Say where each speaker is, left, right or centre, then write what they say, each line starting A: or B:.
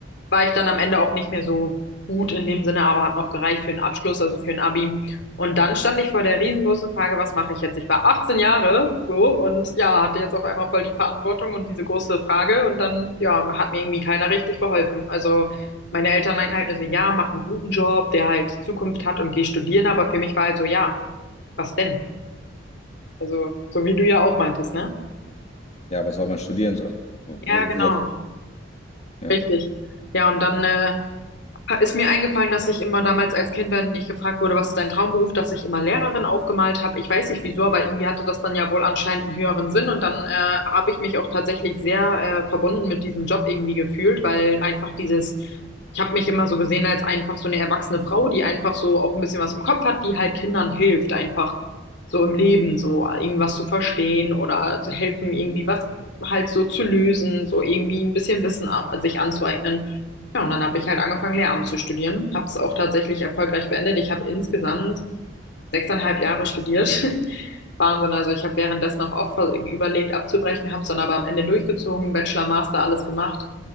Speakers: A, on the left; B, on the left.
A: war ich dann am Ende auch nicht mehr so gut in dem Sinne, aber hat noch gereicht für einen Abschluss, also für ein Abi. Und dann stand ich vor der riesengroßen Frage, was mache ich jetzt? Ich war 18 Jahre so und ja, hatte jetzt auf einmal voll die Verantwortung und diese große Frage und dann ja, hat mir irgendwie keiner richtig geholfen. Also meine Eltern meinten halt nur so, ja, mach einen guten Job, der halt Zukunft hat und geh studieren, aber für mich war halt so, ja, was denn? Also so wie du ja auch meintest, ne?
B: Ja, was soll man studieren so? Wo,
A: Ja, genau.
B: wo soll, ja.
A: Richtig. Ja, und dann äh, Ist mir eingefallen, dass ich immer damals als Kind, wenn ich gefragt wurde, was ist dein Traumberuf, dass ich immer Lehrerin aufgemalt habe. Ich weiß nicht wieso, aber irgendwie hatte das dann ja wohl anscheinend einen höheren Sinn und dann äh, habe ich mich auch tatsächlich sehr äh, verbunden mit diesem Job irgendwie gefühlt, weil einfach dieses, ich habe mich immer so gesehen als einfach so eine erwachsene Frau, die einfach so auch ein bisschen was im Kopf hat, die halt Kindern hilft, einfach so im Leben so irgendwas zu verstehen oder zu helfen, irgendwie was halt so zu lösen, so irgendwie ein bisschen Wissen a- sich anzueignen. Ja, und dann habe ich halt angefangen, Lehramt zu studieren, habe es auch tatsächlich erfolgreich beendet. Ich habe insgesamt sechseinhalb Jahre studiert. <laughs> Wahnsinn. Also ich habe währenddessen auch oft ver- überlegt, abzubrechen, habe es dann aber am Ende durchgezogen, Bachelor, Master, alles gemacht.